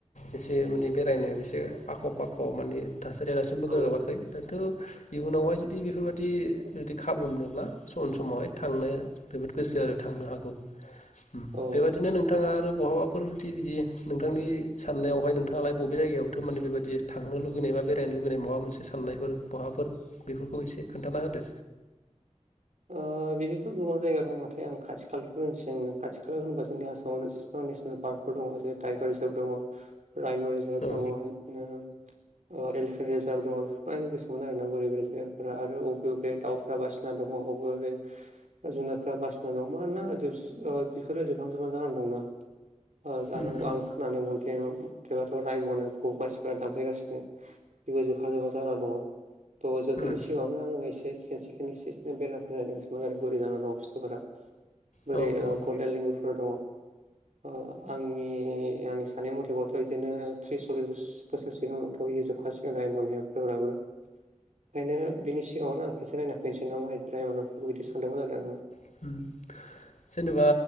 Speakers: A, on the left; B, on the right.
A: एसे माने बेरायनो एसे आख' फाख' माने थासारिया दासिमबो गोरोबाखै।
B: औ
A: दाथ' इयुनावहाय जुदि बेफोरबायाददि जुदि खाबु मोनोब्ला सम समावहाय। थांनो जोबोद गोसो आरो थांनो हागौ। उम।
B: औ
A: बेबायदिनो नोंथाङा आरो बहाबाफोर बिदि‌ बिदि नोंथांनि साननायावहाय नोंथाङालाय बबे जायगायाव थार मानि बेबायदि थांनो लुुबैनाय बा बेरायनो लुगैनाय माबा मोनसे साननायफोर बहाफोर बेफोरखौ एसे खोन्थाना होदो।
B: ओ बिदिथ' गोबां जायगा दं। नाथाय आं खाथि खालानिखौ होनसै, आङो खाथि खाला होनोबा जोंनि आसामावनो गोबां नेसनेल पार्कफोर दङ', जेरै टाइगार रिजार्भ दङ', रायन' रिजार्भ
A: औ
B: दङ', बिदिनो ओ एलिफेन्ट रिजार्भ दङ'। बेफोरखौ नायनो गोसोमोन आरोना बोरै बोरै जायगाफोरा आरो अबे अबे दाउफोरा बासि ना दङ' अबे अबे जुनारफ्रा बासिना दं मानोना जोब-बेफोरो जोबहां-जोबहां जानानै दंना। ओ जानांगौ
A: उम उम
B: आं होननानै मोन मोनथिबाथ' रायमनोखौ मानसिफ्रा दामफायगासिनो जेबो जोबफा जोबा जाना दङ। थ' जोबनायनि
A: उम
B: सिगाङावनो आङो एसे खेनसे खनै एसे एनै बेरा फैनानै गो सो बोरै जानानै दङ बुस्थुफोरा बोरै
A: औ औ
B: गल्डेन लेंंगुरफोर दङ। अ आंनि-आंनि सानै मथेबावथ' बिदिनो थ्रिस सललिस बो बोसोर सिगांङावथ' इयो जोबखाासिगोन रायमनायाबो। ओंखायनो बिनि सिगाङावनो आं खनसे नायना फैनोसै नामा रायमनाखौ बिदि सानदोंमोन आरो आङो।
A: <inaudible> जेनेबा